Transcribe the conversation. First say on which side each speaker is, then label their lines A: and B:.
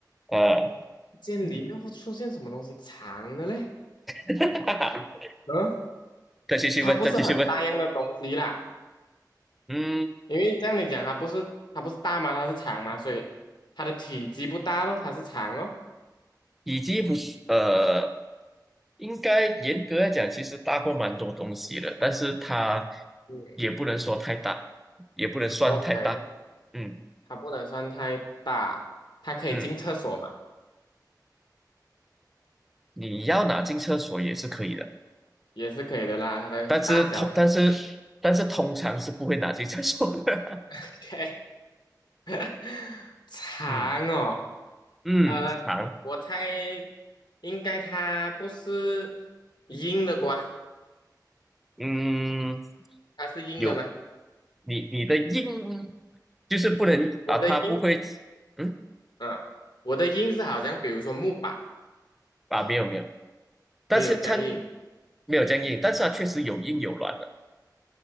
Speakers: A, in the centre; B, on the left.
A: 呃，
B: 这里面会出现什么东西长的嘞？
A: <laughs>
B: 嗯，
A: 再继续问，
B: 它不是很大样的东西啦，
A: 再继续问。嗯，
B: 因为像你讲，它不是它不是大吗？它是长吗？所以它的体积不大咯，它是长哦。
A: 以及不是呃，应该严格来讲，其实大过蛮多东西的，但是它
B: 嗯
A: 也不能说太大，也不能算太大。
B: ，OK，
A: 嗯
B: 它不能算太大，它可以进厕所嘛，
A: 嗯，你要拿进厕所也是可以的，
B: 也是可以的啦，它的大小可以
A: 但是通但是但是通常是不会拿进厕所的。
B: OK，<laughs> 长哦，
A: <laughs> 嗯嗯，
B: 呃，
A: 长
B: 我猜应该它不是硬的瓜，
A: 嗯
B: 它是硬的吗？
A: 有你你的硬就是不能啊，
B: 我的硬，
A: 它不会嗯
B: 嗯，我的硬是好像比如说木板
A: 啊没有没有，但是它
B: 没有僵硬，
A: 没有这样硬，但是它确实有硬有软的，